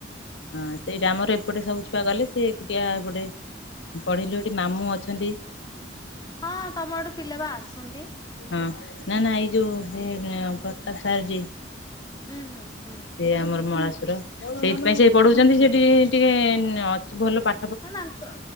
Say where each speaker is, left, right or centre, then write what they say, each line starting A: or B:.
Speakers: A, on the left (about 80°); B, on the left (about 20°).
A: ହଁ ସେଇଟା ଆମର ଏପଟେ ସବୁ ଛୁଆ ଗଲେ ସେ ଏକୁଟିଆ ଏପଟେ ପଢିଲି ସେଠି ମାମୁଁ ଅଛନ୍ତି।
B: ହଁ ତୋମର ସେଠୁ ପିଲା ବା ଆସନ୍ତି।
A: ହଁ ନା ନା ଏଇ ଯୋଉ ସେ ଏଁ ପ୍ରତାପ ସାର୍ ଜୀ
B: ହୁଁ, ହୁଁ, ହୁଁ।
A: ସେ ଆମର ମଳାଶୁର, ସେଇଥିପାଇଁ ସେ ପଢଉଛନ୍ତି ସେଠି ଟିକେ ଅଛ ଭଲ ପା
B: ମାନେ ଆଙ୍କ